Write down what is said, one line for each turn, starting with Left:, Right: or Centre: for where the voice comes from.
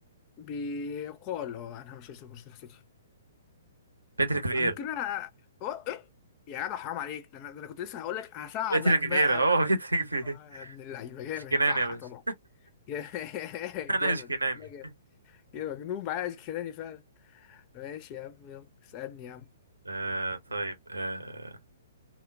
Left: بيقال هو انا مش هشتري مانشستر سيتي
Right: باتريك فييرا
Left: ممكن انا أو... إيه؟ يا جدع حرام عليك ده انا ده انا كنت لسه هقول لك هساعدك
Right: باتريك
Left: بقى
Right: فييرا <laughs> هو
Left: و...
Right: باتريك فييرا
Left: يا ابن اللعيبه جامد
Right: اشكناني
Left: صح
Right: يا باشا
Left: طبعا <laughs> جامد
Right: <laughs> انا اشكناني
Left: والله جامد يا مجنون معايا اشكناني فعلا ماشي يا عم يلا اسالني يا عم
Right: آه طيب آه